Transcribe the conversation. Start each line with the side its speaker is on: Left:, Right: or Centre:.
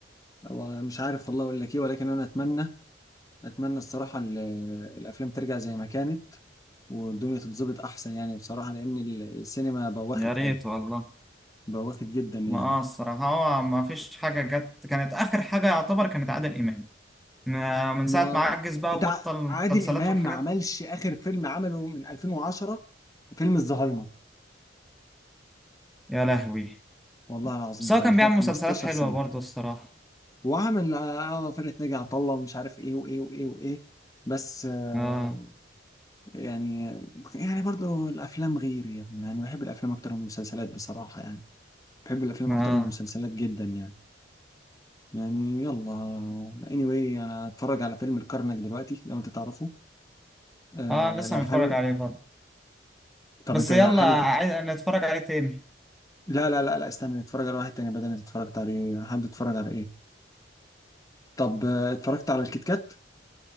Left: هو مش عارف والله اقول لك ايه ولكن انا اتمنى اتمنى الصراحة ال- الافلام ترجع زي ما كانت والدنيا تتظبط احسن يعني بصراحة لان ال- السينما بوخت
Centre: يا ريت
Left: قوي
Centre: والله
Left: بواخد جدا يعني
Centre: ما اه الصراحة هو ما فيش حاجة جت كانت آخر حاجة يعتبر كانت عادل إمام ما- من
Left: ما
Centre: ساعة ما عجز بقى
Left: انت
Centre: وبطل
Left: ع- عادل
Centre: المسلسلات
Left: امام
Centre: والحاجات
Left: ما عملش اخر فيلم عمله من 2010 فيلم الزهايمر
Centre: يا لهوي
Left: والله العظيم
Centre: بس
Left: انت
Centre: هو كان
Left: متخيل
Centre: بيعمل
Left: 15
Centre: مسلسلات حلوة
Left: سنه
Centre: برضه الصراحة
Left: وعمل اه آه، فرقه ناجي عطا الله ومش عارف ايه وايه وايه وايه بس آه،
Centre: اه
Left: يعني يعني برضو الافلام غير يا ابني يعني بحب الافلام اكتر من المسلسلات بصراحه يعني بحب الافلام
Centre: اه
Left: اكتر من المسلسلات جدا يعني يعني يلا anyway انا هتفرج على فيلم الكرنك دلوقتي لو انت تعرفه آه
Centre: اه لسه
Left: لو
Centre: متفرج
Left: حابب
Centre: عليه برضه
Left: طب
Centre: بس
Left: انت حابب
Centre: يلا عايز نتفرج عليه تاني
Left: لا لا لا لا استنى نتفرج على واحد تاني بدل اللي اتفرجت عليه حابب تتفرج على ايه طب آه، اتفرجت على الكيت كات